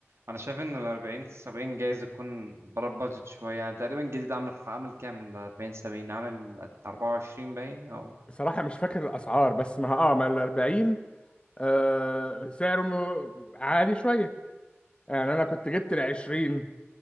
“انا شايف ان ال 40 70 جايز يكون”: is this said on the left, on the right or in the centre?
Right